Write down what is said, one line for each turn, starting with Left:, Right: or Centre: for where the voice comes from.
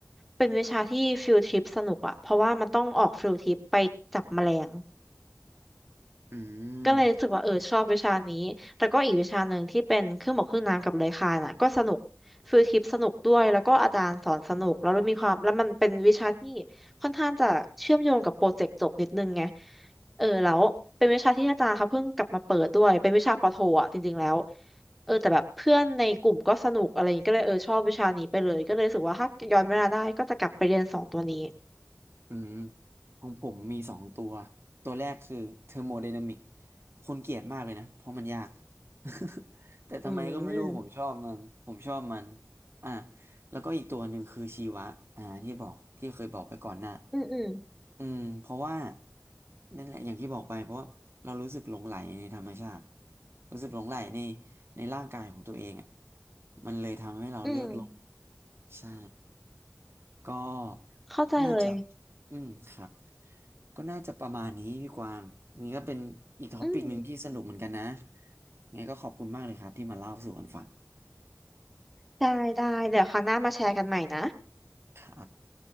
Centre: เป็นวิชาที่ฟิลทริปสนุกอะเพราะว่ามันต้องออกฟิลทริปไปจับแมลง
Right: อื
Centre: ก็เลยรู้สึกว่าเออชอบวิชานี้แต่ก็อีกวิชาหนึ่งที่เป็นเครื่องหมอกเครื่องน้ำกับเลื้อยคลานอ่ะก็สนุก
Right: ม
Centre: ฟิลทริปสนุกด้วยแล้วก็อาจารย์สอนสนุกแล้วมีความแล้วมันเป็นวิชาที่ค่อนข้างจะเชื่อมโยงกับโปรเจกต์จบนิดนึงไงเออแล้วเป็นวิชาที่อาจารย์เขาเพิ่งกลับมาเปิดด้วยเป็นวิชาปอโทอ่ะจริงๆแล้วเออแต่แบบเพื่อนในกลุ่มก็สนุกอะไรอย่างงี้ก็เลยเออชอบวิชานี้ไปเลยก็เลยรู้สึกว่าถ้าย้อนเวลาได้ก็จะกลับไปเรียนสองตัวนี้
Right: อืมของผมมีสองตัวตัวแรกคือเทอร์โมไดนามิกคนเกลียดมากเลยนะเพราะมันยาก <laughs> แต่ทำไมก็ไม่รู้ผมชอบมันผมชอบมัน
Centre: อืม
Right: อ่ะแล้วก็อีกตัวหนึ่งคือชีวะอ่าที่บอกที่เคยบอกไปก่อนหน้า
Centre: อืมอืม
Right: อืมเพราะว่านั่นแหละอย่างที่บอกไปเพราะว่าเรารู้สึกหลงใหลในธรรมชาติรู้สึกหลงใหลในในร่างกายของตัวเองอ่ะมันเลยทำให้เราเลือกหลง
Centre: อืม
Right: ใช่ ก็
Centre: เข้าใจเลย
Right: น่าจะ อืม ครับ ก็น่าจะประมาณนี้พี่กวางอันนี่ก็เป็นอีกท็อปิกหนึ่งที่สนุกเหมือนกันนะ
Centre: อืม
Right: ไงก็ขอบคุณมากเลยครับที่มาเล่าสู่กันฟัง
Centre: ได้ได้เดี๋ยวคราวหน้ามาแชร์กันใหม่นะ
Right: ครับ